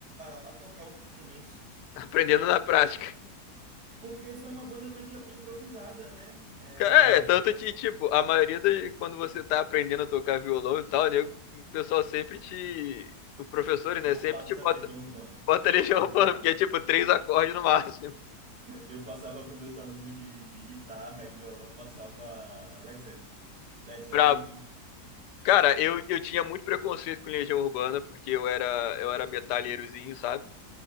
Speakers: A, on the right; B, on the left.
A: a- a tocar os instrumentos.
B: Aprendendo na prática.
A: Porque foi uma banda meio que improvisada, né? É...
B: É, tanto que, tipo, a maioria das, quando você tá aprendendo a tocar violão e tal, nego, o pessoal sempre te. Os professores,
A: Bonfá
B: né, sempre te bota,
A: e a Legião Urbana.
B: bota <laughs> Legião
A: Exatamente.
B: Urbana, porque é tipo três acordes no máximo.
A: Eu passava para meus alunos de, de guitarra e violão, eu passava Led Zeppelin. Led Zeppelin,
B: Brabo.
A: Pink...
B: Cara, eu, eu tinha muito preconceito com Legião Urbana, porque eu era, eu era metalheirozinho, sabe?